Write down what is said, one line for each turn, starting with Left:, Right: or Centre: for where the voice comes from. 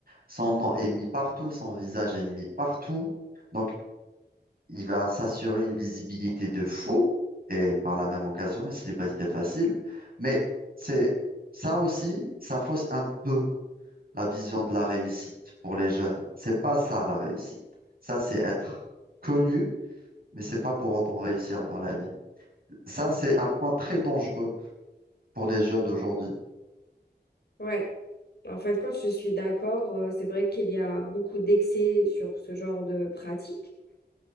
Right: Son nom est mis partout, son visage est mis partout. Donc, il va s'assurer une visibilité de fou et par la même occasion une célébrité facile. Mais c'est ça aussi, ça fausse un peu la vision de la réussite pour les jeunes. C'est pas ça la réussite. Ça, c'est être connu, mais c'est pas pour autant réussir dans la vie. Ça, c'est un point très dangereux pour les jeunes d'aujourd'hui.
Left: Ouais, en fin de compte, je suis d'accord. Euh, C'est vrai qu'il y a beaucoup d'excès sur ce genre de pratique.